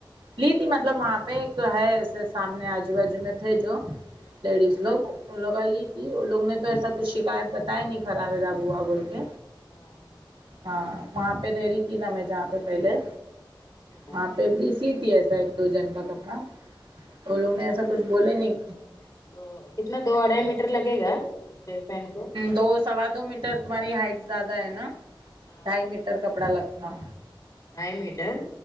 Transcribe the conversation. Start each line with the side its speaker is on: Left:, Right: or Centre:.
Right: لی تھی مطلب وہاں پہ ایک ہے ایسے سامنے آجو بجو میں تھے جو
Left: ہمم
Right: لڈیز لوگ وہ لگالی جی وہ لوگ نے تو ایسا کچھ شکایت بتایا ہی نہیں خراب ورب ہوا بول کے
Left: ہاں ہاں ہاں
Right: ہاں وہاں پہ رہ رہی تھی نا میں جہاں پہ پہلے
Left: اچھا
Right: وہاں پہ بھی سی تھی ایسا ایک دو جن کا کپڑا وہ لوگ نے ایسا کچھ بولے نہیں
Left: تو کتنا دو اڑھائی میٹر لگے گا یہ پینٹ کو
Right: دو سوا دو میٹر تمہاری ہائٹ زیادہ ہے نا
Left: ہاں
Right: ڈھائی میٹر کپڑا لگتا
Left: ڈھائی میٹر